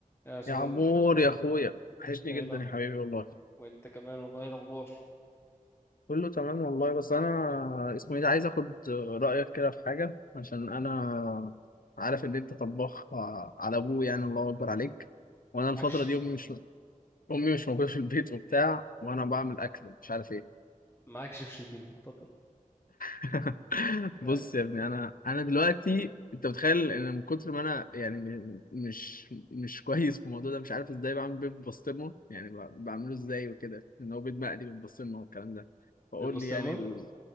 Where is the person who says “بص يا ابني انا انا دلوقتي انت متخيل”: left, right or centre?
Left